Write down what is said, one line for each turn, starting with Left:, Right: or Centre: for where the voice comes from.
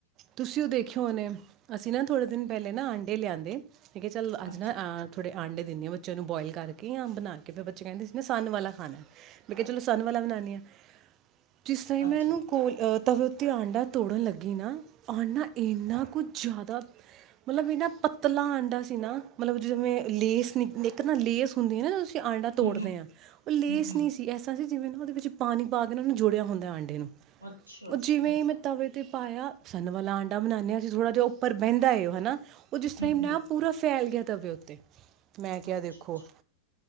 Right: ਤੁਸੀਂ ਉਹ ਦੇਖਿਆ ਹੋਣਾ ਅਸੀਂ ਨਾ ਥੋੜੇ ਦਿਨ ਪਹਿਲੇ ਨਾ ਆਂਡੇ ਲਿਆਂਦੇ ਠੀਕ ਹੈ ਚੱਲ ਅੱਜ
Left: ਅੱਛਾ
Right: ਨਾ ਥੋੜੇ ਆਂਡੇ ਦੇਦੀ ਹਾ ਬਚਾਇਆ ਨੂੰ ਬੋਇਲ ਕਰਕੇ ਜਾਂ ਆ ਬਣਾ ਕੇ ਫਿਰ ਬੱਚੇ ਕਹਿੰਦੇ ਸੀ ਨਾ ਸਨ ਵਾਲਾ ਖਾਣਾ ਮੈਂ ਕਿਹਾ ਚਲੋ ਸਨ ਵਾਲਾ ਬਣਾਉਂਦੀ ਹਾਂ ਜਿਸ ਤਰ੍ਹਾਂ
Left: ਅੱਛਾ
Right: ਮੈਨੂੰ ਕੋਲ ਤਵੇ ਉੱਤੇ ਆਂਡਾ ਤੋੜਨ ਲੱਗੀ ਨਾ ਆਂਡਾ ਇੰਨਾ ਕੁਝ ਜ਼ਿਆਦਾ ਮਤਲਬ ਇਹਨਾ ਪਤਲਾ ਆਂਡਾ ਸੀ ਨਾ ਮਤਲਬ ਜਿਵੇਂ ਲੇਸ ਨ ਇੱਕ ਨਾ ਲੇਸ ਹੁੰਦੀ ਹੈ ਨਾ ਆਂਡਾ ਤੋੜਦੇ
Left: ਹੂੰ ਹੂੰ
Right: ਹਾਂ ਉਹ ਲੇਸ
Left: ਹੂੰ ਹੂੰ
Right: ਨਹੀਂ ਸੀ ਐਸਾ ਅਵੇ ਸੀਨਾ ਜਿਵੇਂ ਨਾ ਉਹਦੇ ਵਿੱਚ ਪਾਣੀ ਪਾ ਕੇ ਉਹਨਾਂ ਨੂੰ ਜੁੜਿਆ ਹੁੰਦਾ ਆਂਡੇ ਨੂੰ
Left: ਅੱਛਾ
Right: ਉਹ
Left: ਅੱਛਾ
Right: ਜਿਵੇਂ
Left: ਹੂੰ
Right: ਮੈਂ ਤਵੇ ਤੇ ਪਾਇਆ ਸਨ ਵਾਲਾ ਆਂਡਾ ਬਣਾਉਦੇ ਹਾਂ ਅਸੀਂ ਥੋੜਾ ਜਿਹਾ ਉੱਪਰ ਬਹਿੰਦਾ ਹੈ ਹਨਾ ਉਹ ਜਿਸ ਤਰਮ
Left: ਹੂੰ
Right: ਮੈਂ ਪੂਰਾ ਫੈਲ ਗਿਆ ਤਵੇੇ ਉੱਤੇ ਮੈਂ ਕਿਹਾ
Left: ਅੱਛਾ
Right: ਦੇਖੋ
Left: ਅੱਛਾ